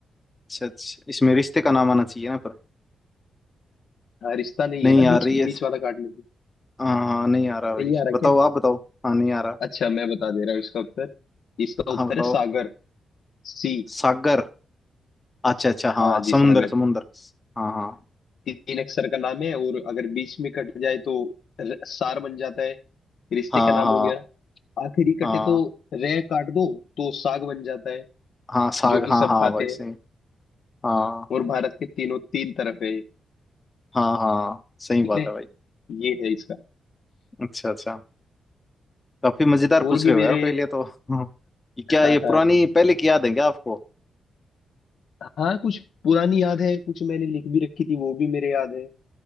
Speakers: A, on the left; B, on the left.
A: अच्छा अच्छा इसमें रिश्ते का नाम आना चाहिए ना पर
B: हाँ रिश्ता नहीं
A: नहीं
B: है ना
A: आ
B: बीच
A: रही
B: बीच
A: है
B: वाला काटने से
A: हाँ हाँ नहीं आ रहा भाई
B: नहीं आ रहा
A: बताओ
B: क्या
A: आप बताओ हाँ नहीं आ रहा
B: अच्छा मैं बता दे रहा हूँ इसका उत्तर इसका
A: हाँ
B: उत्तर
A: बताओ
B: है सागर सी
A: सागर अच्छा अच्छा हाँ
B: हाँ
A: समुंदर
B: जी सागर
A: समुंदर हाँ हाँ
B: तीन अक्षर का नाम है और अगर बीच में कट जाए तो र- सार बन जाता है रिश्ते
A: हाँ
B: का नाम
A: हाँ
B: हो गया आखिरी
A: हाँ
B: कटे तो रह काट दो तो साग बन जाता है
A: हाँ साग
B: जो कि
A: हाँ
B: सब
A: हाँ
B: खाते
A: भाई सही
B: हैं
A: हाँ
B: और भारत के तीनों तीन तरफ है ये,
A: हाँ हाँ सही
B: ठीक
A: बात
B: है
A: है भाई
B: ये है इसका
A: अच्छा अच्छा काफी मजेदार पूछ
B: और भी
A: रहे
B: मेरे
A: हो यार पहले तो हाँ, ये क्या
B: हाँ
A: ये पुरानी
B: हाँ
A: पहले की याद है क्या आपको
B: हाँ कुछ पुरानी याद है कुछ मैंने लिख भी रखी थी वो भी मेरे याद है